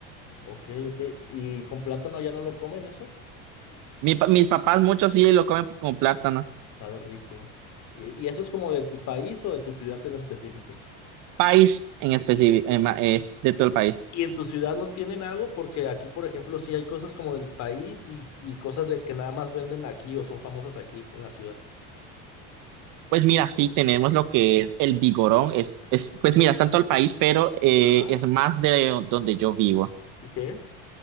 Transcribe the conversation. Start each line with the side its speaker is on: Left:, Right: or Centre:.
Left: Ok, ok. ¿Y con plátano ya no lo comen eso?
Right: Mi pa- mis papás muchos sí lo comen con plátano.
Left: Sabe rico. ¿Y y eso es como de tu país o de tu ciudad en específico?
Right: País en específico, es de todo el país.
Left: ¿Y en tu ciudad no tienen algo? Porque aquí, por ejemplo, sí hay cosas como del país y, y cosas de que nada más venden aquí o son famosas aquí en la ciudad.
Right: Pues mira, sí tenemos lo que es el vigorón, es, es, pues mira, está en todo el país, pero eh,
Left: Ajá.
Right: es más de donde yo vivo.
Left: ¿Y qué?